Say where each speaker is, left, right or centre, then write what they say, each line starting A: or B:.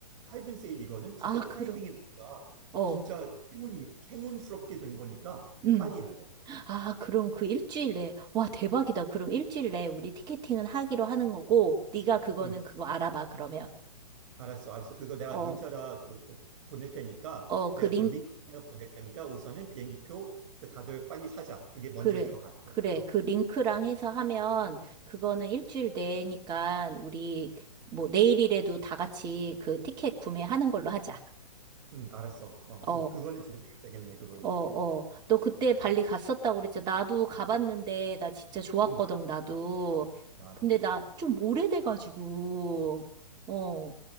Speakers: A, on the right; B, on the right.
A: 짧은 세일이거든. 진짜
B: 아,
A: 타이밍에
B: 그럼,
A: 우리가
B: 어.
A: 진짜 행운이 행운스럽게 된 거니까 근데
B: 음.
A: 빨리 해야 돼.
B: 아, 그럼 그 일주일 내에, 와, 대박이다. 그럼 일주일 내에 우리 티켓팅은 하기로 하는 거고, 네가 그거는
A: 응,
B: 그거 알아봐, 그러면.
A: 알았어, 알았어. 그거 내가
B: 어,
A: 문자다 그, 그 보낼 테니까
B: 어, 그링
A: 그래가지고 링크 내가 보낼 테니까 우선은 비행기표 그 다들 빨리 사자. 그게 먼저일
B: 그래,
A: 것 같아.
B: 그래.
A: 맞아.
B: 그 링크랑 해서 하면 그거는 일주일 내니까 우리 뭐 내일이라도 다 같이 그 티켓 구매하는 걸로 하자.
A: 응, 알았어. 어,
B: 어,
A: 그 그거는 진짜 해결되겠네 그걸로.
B: 어, 어. 너 그때 발리 갔었다고 그랬잖아. 나도 가봤는데 나 진짜 좋았거든,
A: 응,
B: 나도.
A: 나도.
B: 근데 나 좀 오래돼가지고. 어.